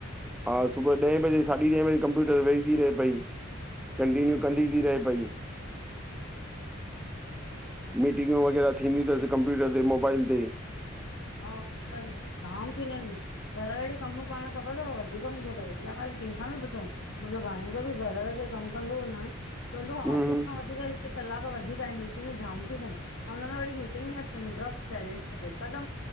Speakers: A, in the centre; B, on the left.
A: हा, सुबुअ ॾहें बजे साढी ॾहें बजे कंप्यूटर ते वेही ती रहे पई। कंटीन्यू कंदी ती रहे पई। मीटिंगूं वग़ैरह थींदी तस कंप्यूटर ते, मोबाइल ते।
B: हा, जाम थींदियूं आहिन। घर वेठे कम पाण ख़बर तव वधीक हूंदो तव, इहा ॻाल केंखां बी पुछो। मुंजो भाणेजो बी घर वेठे कम कंदो हो न। चवंदो
A: हम्म
B: हो, ऑफिस
A: हम्म,
B: खां वधीक हिते कलाक वधीक आहे मीट जाम तियूं थियन, हुन में वरी मीटिंग में पिनड्रॉप साइलेंस खपे हिकदम